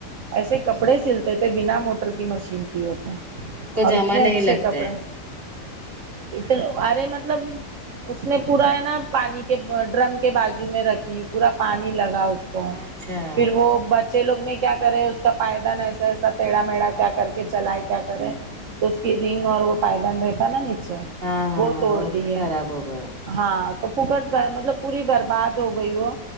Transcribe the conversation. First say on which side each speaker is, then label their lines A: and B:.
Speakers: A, on the right; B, on the right.
A: ایسے کپڑے سلتے تھے بنا موٹر کی مشین تھی وہ تو
B: لیکن ان کو
A: اور
B: جمع
A: اتنے
B: نہیں
A: اچھے
B: لگتے
A: کپڑے
B: ہیں
A: اتنے ارے مطلب اس نے پورا ہے نا پانی کے ڈرم کے بازو میں رکھی پورا پانی لگا اس کو
B: اچھا
A: پھر وہ بچے لوگ نے کیا کرے اس کا پائدان ایسا ایسا تیڑھا میڑھا کیا کر
B: ہوں
A: کے چلائے کیا کرے تو اس کی رنگ اور وہ پائیدان رہتا نا نیچے
B: ہاں ہاں
A: وہ
B: ہاں
A: توڑ دی
B: خراب
A: ہے
B: ہو گیا
A: ہاں تو پھوکٹ کا مطلب پوری برباد ہو گئی وہ